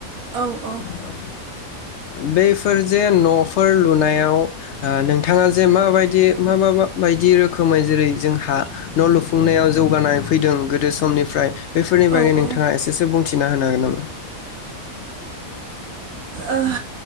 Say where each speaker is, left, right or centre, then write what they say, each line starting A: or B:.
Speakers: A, on the right (about 80°); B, on the left (about 65°).
A: औ
B: दा बैफोर जे न'फोर लुनायाव आ नोंथाङा जे माबायदि मा मा मा बायदि रोखोमै जेरै जोंहा न' लुफुंनायाव जौगानाय फैदों गोदो समनिफ्राय बेफोरनि बागै
A: औ
B: नोंथाङा एसेसो बुंथिना होनो हागोन नामा?
A: ओह